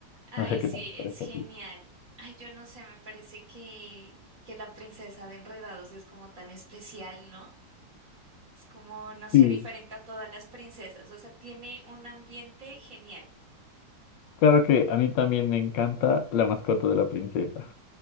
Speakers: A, on the right (about 45°); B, on the left (about 80°).
A: Ay,
B: No sé qué
A: sí,
B: tal te
A: es
B: parece
A: genial.
B: a ti.
A: Ay, yo no sé, me parece que, que la princesa de Enredados es como tan especial, ¿no? Es como, no sé,
B: Sí.
A: diferente a todas las princesas. O sea, tiene un ambiente genial.
B: Claro que a mí también me encanta La mascota de la princesa.